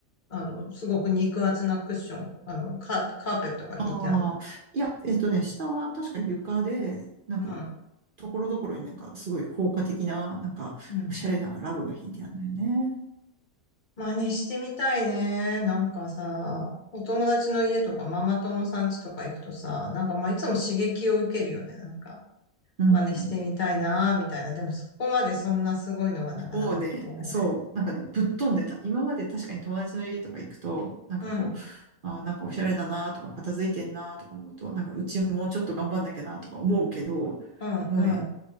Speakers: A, on the left; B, on the right.
A: あの、すごく肉厚なクッション、あの、カ、カーペットが敷いてある。
B: ああ、いや、えっとね、下は確か床で、なんか、
A: うん。
B: ところどころになんか、すごい効果的な、なんか、
A: うん。
B: おしゃれなラブが引いてあるのよね。
A: 真似してみたいね。なんかさ、お友達の家とかママ友さん家とか行くとさ、なんかまあいつも刺激を受けるよね。なんか、
B: うん。
A: 真似してみたいな、みたいな。でもそこまでそんなすごいのはなかなか出会えない。
B: いやもうね、そう、なんかね、ぶっ飛んでた。今まで確かに友達の家とか行くと、なんかこう、
A: うん。
B: あー、なんかおしゃれだなとか、片付いてんなとか思うと、なんかうちもうちょっと頑張んなきゃなとか思うけど、
A: うん、
B: もうね、
A: うん、